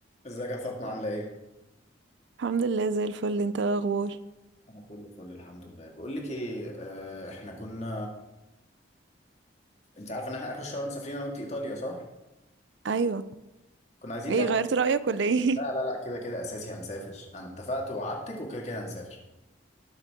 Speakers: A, on the left; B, on the right.
A: ازيك يا فاطمة عاملة ايه؟
B: الحمد لله زي الفل انت ايه الاخبار
A: انا كله فل الحمد لله بقول لك ايه آه احنا كنا انت عارفة ان احنا اخر الشهر مسافرين انا وانت ايطاليا صح؟
B: ايوه
A: كنا عايزين
B: ايه
A: نعمل
B: غيرت رأيك ولا ايه
A: لا لا لا كده كده اساسي هنسافر انا اتفقت ووعدتك وكده كده هنسافر